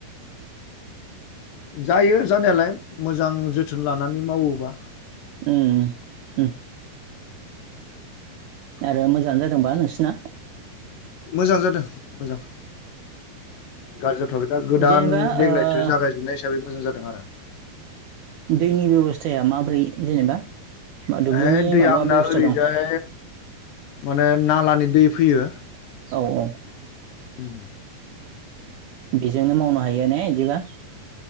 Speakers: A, on the left; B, on the right.
A: जायो जानायालाय मोजां जोथोन लानानै मावोबा
B: ओम ओ आरो मोजाङानो जादोंबा नोंसिना?
A: मोजां जादों मोजां गाज्रि जाथ'वाखै दा गोदान
B: जेनेबा
A: देग्लायथो
B: ओ
A: जागायजोबनाय हिसाबै मोजां जादों आरो
B: दैनि बेब'स्थाया माब्रै जेनेबा? मा दुब्लिनि
A: ए दैया
B: माबा
A: आंना
B: बेब'स्था
A: ओरैजाय
B: दं
A: माने नालानि दै फैयो।
B: औ औ
A: उम
B: बेजोंनो मावनो हायो ने बिदिबा